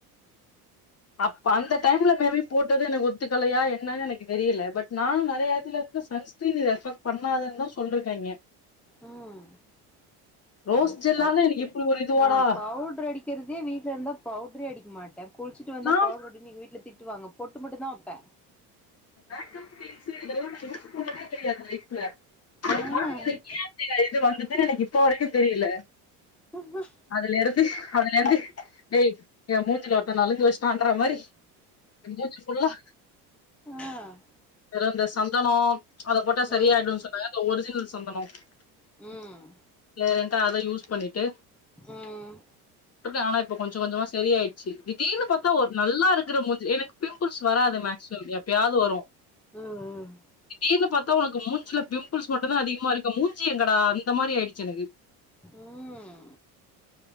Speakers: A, on the left; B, in the centre.
A: அப்ப அந்த டைம்ல மேபி போட்டது எனக்கு ஒத்துக்கலையா என்னனு எனக்கு தெரியல பட் நானு நெறைய இடத்துல இருந்து சன்ஸ் ட்டு ரேஃபர் பண்ணாதுன்னு தா சொல்லிருக்காங்கய்
B: ம்
A: ரோஸ்
B: நா
A: ஜெல்லால
B: போடுறது
A: எனக்கு இப்டி ஒரு இதுவாடா
B: நா பவுடர் அடிக் க்கிறதே வீட்ல இருந்தா பவுடுரே அடிக்க மாட்டே குளிச்சுட்டு வந்தா
A: நா
B: பவுடுர் அடினு எங்க வீட்ல திட்டுவாங்க பொட்டு மட்டுந்தா வெப்பே
A: மேக்கப் திங்ஸு இதெல்லா நா யூஸ் பண்ணதே கெடையாது லைஃப்ல
B: ஆ
A: ஆனா எனக்கு ஏ இப்டி இது வந்தது எனக்கு இப்போ வரைக்குந் தெரியில
B: <inaudible>
A: அதுலேருந்து அதுலேந்து ஏய் எ மூஞ்சுல ஒருத்த நலுங்கு வெச் டான்ற மாரி எ மூஞ்சி ஃபுல்லா
B: ஆ
A: வேற இந்த சந்தனோ அதப் போட்டா செரியாயிடுன்
B: ம்
A: சொன்னாங்க இந்த ஒரிஜினல் சந்தனோ <unintelligible>
B: ம்
A: அத யூஸ் பண்ணிட் ட்டு
B: ம்
A: டிருக்கே ஆனா இப்ப கொஞ்சோ கொஞ்சமா செரியாயிட் சி திடீர்னு பாத்தா ஒரு நல்லா இருக்கிற முஞ்சி எனக்கு பிம்பிள்ஸ் வராது மேக்சிமம் எப்பியாது வரு
B: ம் ம்
A: திடீர்னு பாத்தா ஒனக்கு மூஞ்சுலப் பிம்பிள்ஸ் மட்டுந்தா அதிகமா இருக்க மூஞ்சி எங்கடா அந்த மாரி ஆயிடுச்சு எனக்கு
B: ம்